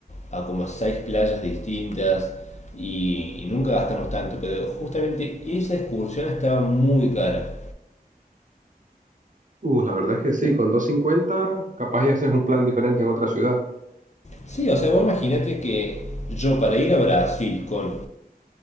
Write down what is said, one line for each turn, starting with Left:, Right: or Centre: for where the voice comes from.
Left: a, a como seis playas distintas y, y nunca gastamos tanto, pero justamente esa excursión estaba muy cara.
Right: Uh, la verdad es que sí, con doscientos cincuenta, capaz ya haces un plan diferente en otra ciudad.
Left: Sí, o sea, vos imaginate que yo para ir a Brasil con